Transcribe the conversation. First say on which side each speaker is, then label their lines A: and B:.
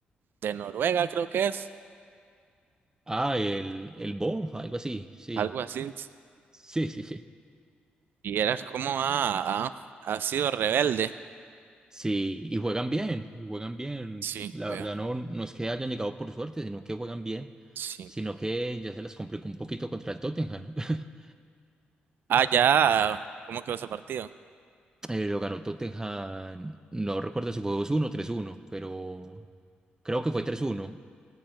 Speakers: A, on the right; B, on the right.
A: de Noruega, creo que es,
B: Ah, el, el Bo, algo así, sí.
A: algo así,
B: Sí, sí, sí.
A: y eras como ha, ha, ha sido rebelde.
B: Sí, y juegan bien, y juegan bien.
A: Sí,
B: La
A: vea,
B: verdad no, no es que hayan llegado por suerte, sino que juegan bien,
A: sí.
B: sino que ya se les complicó un poquito contra el Tottenham. <laughs>
A: Ah, ya, ¿cómo quedó ese partido?
B: Eh, lo ganó Tottenham, no recuerdo si fue 2-1 o 3-1, pero creo que fue 3-1,